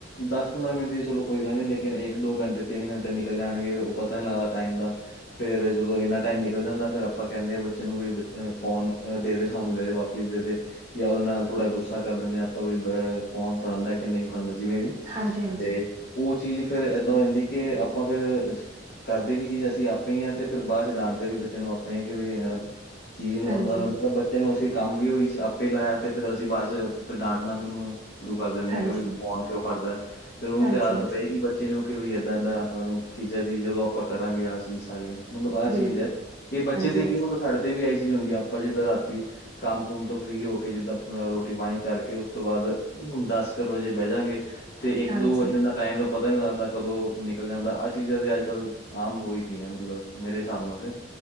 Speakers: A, on the left; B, on the right.
A: ਦਸ ਪੰਦਰਾਂ ਮਿੰਟ ਦੀ ਚਲੋ ਕੋਈ ਗੱਲ ਨਈਂ, ਲੇਕਿਨ ਇੱਕ ਦੋ ਘੰਟੇ, ਤਿੰਨ ਘੰਟੇ ਨਿਕਲ ਜਾਣਗੇ ਉਹ ਪਤਾ ਨਹੀਂ ਲੱਗਦਾ ਟਾਈਮ ਦਾ। ਫੇਰ ਜਦੋਂ ਇੰਨਾ ਟਾਈਮ ਨਿਕਲ ਜਾਂਦਾ ਫਿਰ ਆਪਾਂ ਕਹਿੰਦੇ ਆ ਬ ਚੇ ਨੂੰ ਵੀ ਬੱਚੇ ਫੋਨ ਆ ਦੇਦੇ ਸਾਨੂੰ ਦੇ ਦੇ ਵਾਪਿਸ ਦੇ ਦੇ। ਜਾਂ ਉਹਦੇ ਨਾਲ ਥੋੜਾ ਗੁੱਸਾ ਕਰ ਦਿੰਦੇ ਆਪਾਂ ਵੀ ਦੋਵੇਂ ਫੋਨ ਫੜਾਦਾ ਕਿ ਨਈਂ ਫੜਾਂਦਾ ਜਿਵੇਂ ਵੀ।
B: ਹਾਂਜੀ ਹਾਂਜੀ।
A: ਤੇ ਉਹ ਚੀਜ਼ ਫੇਰ ਏਦਾਂ ਹੋ ਜਾਂਦੀ ਅ ਕਿ ਆਪਾਂ ਫੇਰ। ਕਰਦੇ ਵੀ ਚੀਜ਼ ਅਸੀਂ ਆਪੇ ਹੀ ਆਂ ਤੇ ਫਿਰ ਬਾਅਦ ਚ ਡਾਂਟਦੇ ਵੀ ਬੱਚੇ ਨੂੰ ਆਪੇ ਈ ਕਿ ਵੀ ਚੀਜ਼ ਨੂੰ
B: ਹਾਂਜੀ,
A: ਬ ਮ ਮਤਲਬ ਬੱਚੇ ਨੂੰ ਅਸੀਂ ਕੰਮ ਵੀ ਉਹੀ ਆਪੇ ਲਾਇਆ ਤੇ ਫੇਰ ਅਸੀਂ ਬਾਅਦ ਚ ਫਿਰ ਡਾਂਟਣਾ ਵੀ ਉਹਨੂੰ ਸ਼ੁਰੂ ਕਰ ਦਿੰਣੇ
B: ਹਾਂਜੀ,
A: ਆ ਕਿ ਵੀ ਤੂੰ ਫੋਨ ਕਿਉਂ ਫੜਦਾ? ਫੇਰ ਉਹਨੂੰ
B: ਹਾਂਜੀ-ਹਾਂਜੀ,
A: ਦੀ ਆਦਤ ਪਏਗੀ ਬਚ ਬੱਚੇ ਨੂੰ ਕਿ ਵੀ ਇਦਾਂ ਏਦਾਂ ਅਹ ਖੀਜ਼ਾਂ ਦੀ ਜਦੋਂ ਆਪਾਂ ਕਰਾਂਗੇ, ਆਹ ਚੀਜ਼ ਸਾਰੀਆਂ। ਮਤਲਬ ਆਹ ਚੀਜ਼
B: ਬਿਲਕੁਲ,
A: ਐ, ਇਹ ਬੱਚੇ
B: ਹਾਂਜੀ-ਹਾਂਜੀ,
A: ਤੇ ਕੀ ਮਤਲਬ ਸਾਡੇ ਤੇ ਵੀ ਆਹੀ ਚੀਜ਼ ਹੁੰਦੀ ਆ ਆਪਾਂ ਜਿੱਦਾਂ ਰਾਤੀ ਕੰਮ-ਕੁੰਮ ਤੋਂ ਫਰੀ ਹੋ ਕੇ ਜਿੱਦਾਂ ਰੋਟੀ-ਪਾਣੀ ਕਰਕੇ ਓਸ ਤੋਂ ਬਾਅਦ ਦਸ ਕਰ ਵਜੇ ਬੈਜਾਂਗੇ। ਤੇ ਇੱਕ
B: ਹਾਂਜੀ। ਹਾਂਜੀ
A: ਦੋ ਵੱਜਣ ਦਾ ਟਾਈਮ ਦਾ ਪਤਾ ਨਈਂ ਲੱਗਦਾ ਕਦੋਂ ਨਿਕਲ ਜਾਂਦਾ ਆਹ ਚੀਜ਼ਾਂ ਤੇ ਅੱਜ-ਕੱਲ੍ਹ ਆਮ ਹੋ ਹੀ ਗਈਆਂ ਮਤਲਬ, ਮੇਰੇ ਹਿਸਾਬ ਨਾਲ ਤੇ।